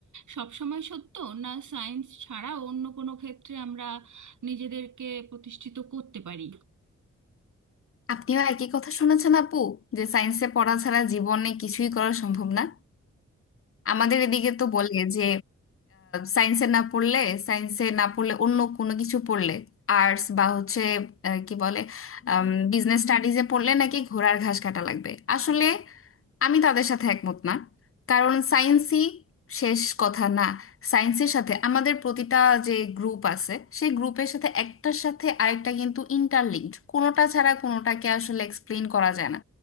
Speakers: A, on the right; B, on the left.
A: সব সময় সত্য না সায়েন্স ছাড়া অন্য কোনো ক্ষেত্রে আমরা নিজেদেরকে প্রতিষ্ঠিত করতে পারি
B: আপনিও একই কথা শুনেছেন আপু যে সায়েন্সে পড়া ছাড়া জীবনে কিছুই করা সম্ভব না আমাদের এদিকে তো বলে যে সায়েন্সে না পড়লে সায়েন্সে না পড়লে অন্য কোনো কিছু পড়লে আর্টস বা হচ্ছে আহ, কি বলে বিজনেস স্টাডিজে পড়লে নাকি ঘোড়ার ঘাস কাটা লাগবে আসলে আমি তাদের সাথে একমত না কারণ সায়েন্সই শেষ কথা না সায়েন্সের সাথে আমাদের প্রতিটা যে গ্রুপ আছে সেই গ্রুপের সাথে একটার সাথে আরেকটা কিন্তু ইন্টারলিঙ্কড কোনোটা ছাড়া কোনোটাকে আসলে এক্সপ্লেন করা যায় না